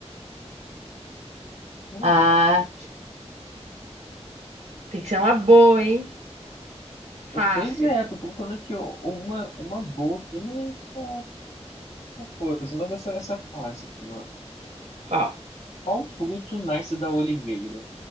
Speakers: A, on the left (about 85°); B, on the right (about 70°).
A: Caramba.
B: ah, tem que ser uma boa, hein? Fácil.
A: Pois é, tô procurando aqui ó, uma, uma boa aqui, mas tá tá coisa. Mas essa, essa é fácil aqui, ó.
B: Qual?
A: Qual fruto nasce da oliveira?